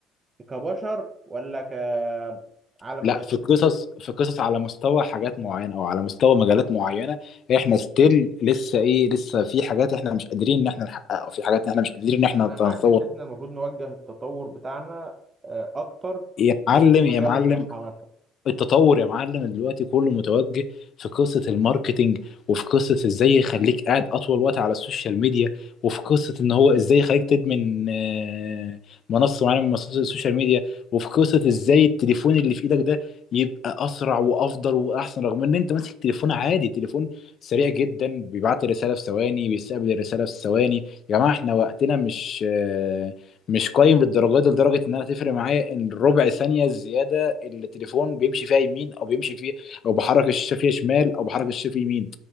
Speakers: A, on the right (about 25°); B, on the left (about 45°).
A: كبشر ولا كعالم
B: لا
A: تاني
B: في قصص في قصص على مستوى حاجات معينه او على مستوى مجالات معينه احنا ستيل لسه ايه لسه في حاجات احنا مش قادرين ان احنا نحققها وفي حاجات احنا مش قادرين ان احنا
A: أنا
B: نتطور
A: معاك إن احنا المفروض نوجه التطور بتاعنا آه، أكتر
B: يا معلم
A: في في مجال
B: يا معلم
A: الصحة مثلا
B: التطور يا معلم دلوقتي كله متوجه في قصة الماركتينج وفي قصة ازاي يخليك قاعد اطول وقت على السوشيال ميديا وفي قصة ان هو ازاي يخليك تدمن آه، منصة معينة من منصات السوشيال ميديا وفي قصة ازاي التليفون اللي في ايدك ده يبقى اسرع وافضل واحسن رغم ان انت ماسك تليفون عادي تليفون سريع جدا بيبعت الرسالة في ثواني بيستقبل الرسالة في ثواني يا جماعة احنا وقتنا مش آه، مش قايم للدرجة دي لدرجة ان انا تفرق معايا ان ربع ثانية زيادة التليفون بيمشي فيها يمين او بيمشي فيه او بحرك الشاشه فيها شمال او بحرك الشاشه فيه يمين